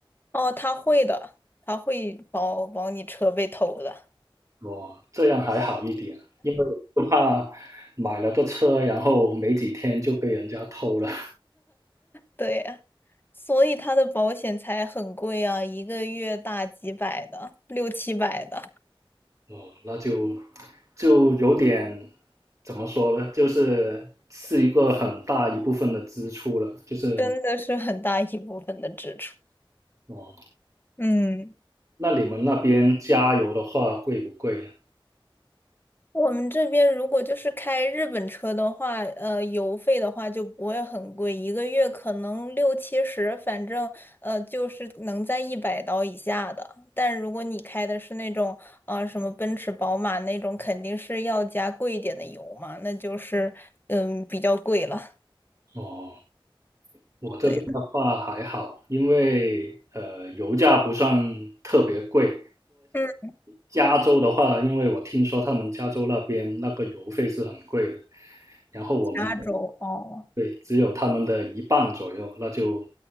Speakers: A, on the left; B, on the right.
A: 哦，他会的，他会保保你车被偷的，
B: 哦，这样还好一点，因为我就怕买了个车，然后没几天就被人家偷了。
A: 对呀所以他的保险才很贵啊，一个月大几百的，六七百的，
B: 哦，那就就有点怎么说呢？就是是一个很大一部分的支出了。就是
A: 真的是很大一部分的支出。
B: 哦，
A: 嗯。
B: 那你们那边加油的话贵不贵呢？
A: 我们这边如果就是开日本车的话，呃，油费的话就不会很贵，一个月可能六七十，反正呃就是能在一百刀以下的。但如果你开的是那种呃什么奔驰、宝马那种，肯定是要加贵一点的油嘛，那就是嗯比较贵了。
B: 哦，我这边的话还好，
A: 对的，
B: 因为呃油价不算特别贵。
A: 嗯，
B: 加州的话，因为我听说他们加州那边那个油费是很贵的，然后我们
A: 加州哦
B: 对只有他们的一半左右，那就